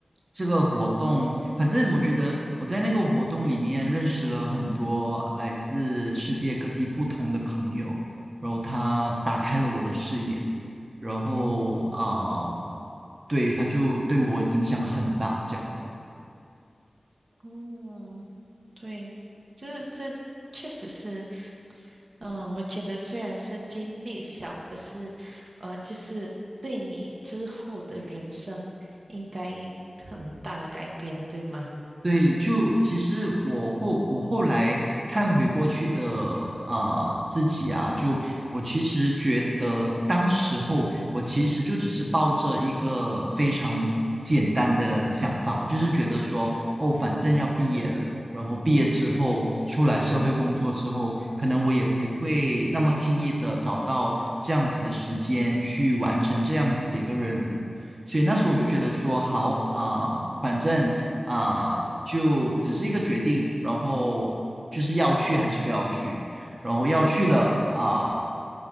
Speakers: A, on the right; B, on the right.
A: 这个活动，反正我觉得我在那个活动里面认识了很多来自世界各地不同的朋友，然后他打开了我的视野，然后啊、呃对，他就对我影响很大，这样子。
B: 哦，对，这这确实是，嗯，我觉得虽然是经历小，可是，呃，就是对你之后的人生应该很大的改变，对吗？
A: 对，就其实我后我后来看回过去的呃自己啊，就我其实觉得当时候我其实就只是抱着一个非常简单的想法，我就是觉得说，哦，反正要毕业了，然后毕业之后出来社会工作之后，可能我也不会那么轻易的找到这样子的时间去完成这样子的一个任务。所以那时候我就觉得说，好啊、反正啊、就只是一个决定，然后就是要去还是不要去，然后要去了啊、